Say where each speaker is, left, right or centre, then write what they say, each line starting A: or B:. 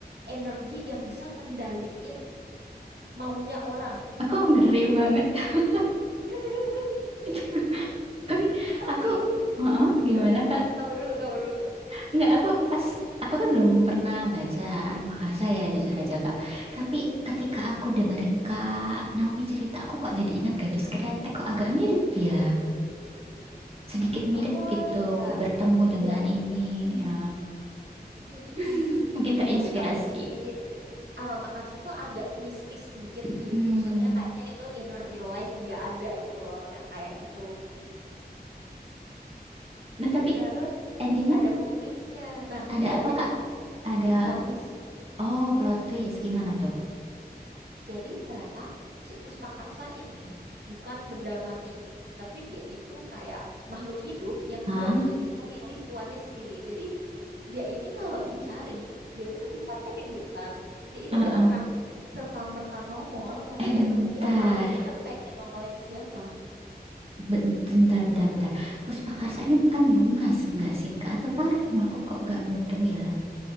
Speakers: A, on the right; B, on the right.
A: energi yang bisa ngendaliin maunya orang.
B: <laughs> Aku ngeri banget. <laughs>
A: <laughs>
B: Itu. Tapi
A: Tapi,
B: aku, heeh, gimana
A: Heeh.
B: Kak?
A: kamu dulu, kamu dulu.
B: Enggak, aku pas, aku kan belum pernah baca Aroma Karsa ya, jujur aja Kak. Tapi ketika aku dengerin Kak Naomi cerita, aku kok jadi ingat Gadis Kretek, kok agak mirip ya. Sedikit mirip
A: Oh
B: gitu,
A: iya,
B: bertemu dengan
A: ya.
B: ini. ya.
A: Mm, mm,
B: <laughs>
A: mm, mm, mm.
B: Mungkin terinspirasi.
A: Tapi kalau si aroma karsa tuh agak mistis dikit
B: Hmm.
A: sih. Maksudnya kayaknya itu in real life nggak ada gitu loh, yang kayak gitu.
B: Nah, tapi
A: Terus
B: endingnya
A: ada plot twistnya. Nah,
B: ada
A: iya
B: apa
A: ending
B: Kak? Ada
A: plot
B: apa?
A: twist.
B: Oh, plot twist, gimana tuh?
A: Jadi ternyata si Puspakarsa ini bukan benda mati, tapi dia itu kayak makhluk hidup yang
B: Hah?
A: dia itu bisa milih tuannya sendiri. Jadi dia ini kalau dicari, dia itu kan dicarinya di hutan. Dia ini
B: <laughs>
A: nggak akan serta-merta nongol, tapi
B: Eh bentar,
A: emang dia tahu dia pengen nongolnya ke siapa.
B: Ben- bentar, bentar, bentar. Puspakarsa ini kan bunga s- nggak sih Kak? Atau parfum aku kok nggak mudeng ya?